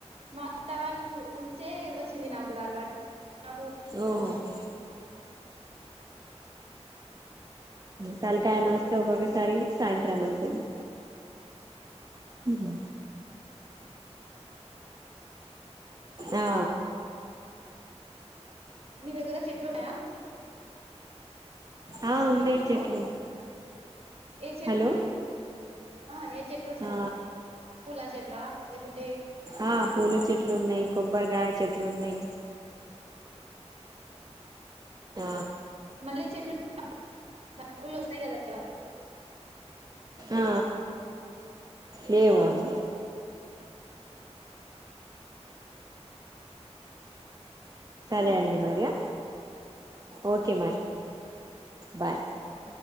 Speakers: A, on the right; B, on the right.
A: మా అత్తవాళ్ళు ఉంచే వ వచ్చింది నాకు కూడా అలవాటు నాకు
B: ఓ
A: లేకుండే
B: <inaudible> తళకాయన వస్తే ఒక్కొక్కసారి సాయంత్రం అయితది ఉహు ఆ
A: మీ దగ్గర చెట్లు ఉన్నాయా
B: ఆ ఉన్నాయి
A: హలో
B: చెట్లు
A: ఏ చెట్లు
B: హలో
A: ఉన్నాయి ఆ ఏ చెట్లు ఉన్నాయి
B: ఆ
A: పూల చెట్లా లేకూన్
B: ఆ పూల చెట్లు ఉన్నాయి కొబ్బరీ గాయల చెట్లు ఉన్నాయి ఆ
A: మళ్ళీ చెట్లు మల్లె పువ్వులు వస్తాయి కదా వ
B: ఆ లేవు అవి సరే
A: ఉమ్
B: అండి మరియా ఓకే మరి బాయ్
A: అ